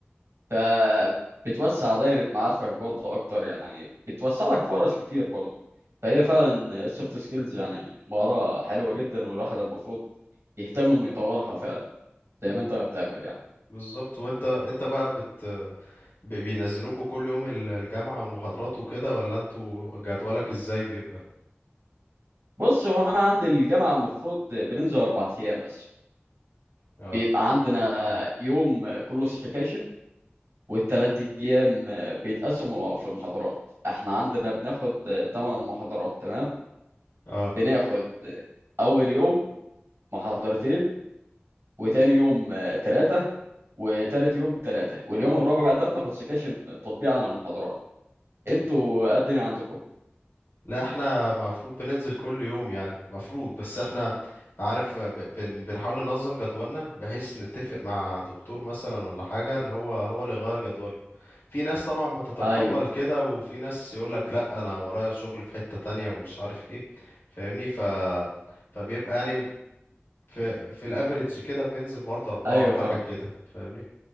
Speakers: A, on the right; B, on the left.
A: فبتوسع دايرة معارفك برضه اكتر يعني بتوسع لك فرص كتير برضه فهي فعلا السوفت سكيلز يعني مهارة حلوة جدا والواحد المفروض يهتم انه يطورها فعلا زي
B: مم.
A: ما انت ما بتعمل يعني
B: بالظبط وانت انت بقى بت بي- بينزلوكوا كل يوم ال- الجامعة والمحاضرات وكده ولا انتوا جدولك ازاي بيبقى
A: بص هو انا عندي الجامعة المفروض بننزل اربع ايام بس
B: اه
A: بيبقى عندنا يوم كله سكاشن والتلات أيام آه، بيتقسموا في المحاضرات احنا عندنا بناخد آه، تمن محاضرات تمام
B: اه
A: بناخد آه، أول يوم محاضرتين وتاني يوم آه، تلاتة وتالت يوم تلاتة واليوم الرابع ده بناخد سكاشن تطبيق عن المحاضرات انتوا قد إيه عندكم
B: لا احنا المفروض بننزل كل يوم يعني مفروض بس احنا عارف ب- بن بنحاول ننظم جدولنا بحيث نتفق مع دكتور مثلا ولا حاجة ان هو هو اللي يغير جدوله في ناس طبعا بتتقبل
A: ايوه
B: كده وفي ناس يقولك لا انا ورايا شغل في حتة تانية ومش عارف ايه فاهمني ف فبيبقى يعني في في الافريج كده بننزل برضه أربعة
A: ايوه
B: حاجة
A: فاهمك
B: كده فاهمني